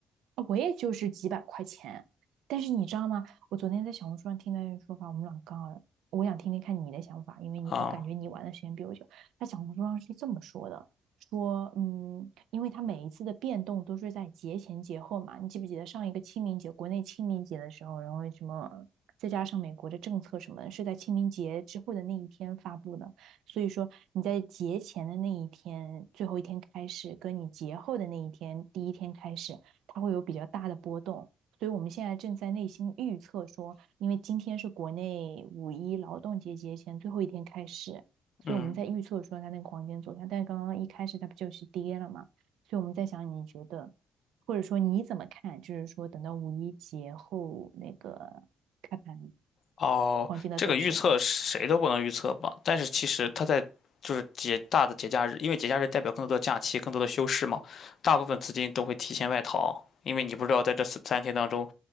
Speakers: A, on the right; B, on the left.
A: 啊，我也就是几百块钱。但是你知道吗？我昨天在小红书上听到一个说法，我们俩刚好，我想听听看你的想法，因为你我感觉你玩的时间比我久。
B: 啊、
A: 他小红书上是这么说的，说嗯，因为他每一次的变动都是在节前节后嘛，你记不记得上一个清明节，国内清明节的时候，然后什么，再加上美国的政策什么的是在清明节之后的那一天发布的。所以说你在节前的那一天，最后一天开始，跟你节后的那一天，第一天开始。它会有比较大的波动。所以我们现在正在内心预测说，因为今天是国内五一劳动节节前最后一天开始，所以我们在预测说它那个黄金走向。
B: 嗯，
A: 但是刚刚一开始它不就是跌了嘛？所以我们在想，你觉得，或者说你怎么看？就是说等到五一节后那个开盘
B: 哦，
A: 黄金的走势，
B: 这个预测谁都不能预测吧？但是其实它在就是节大的节假日，因为节假日代表更多的假期、更多的休市嘛，大部分资金都会提前外逃，因为你不知道在这三三天当中，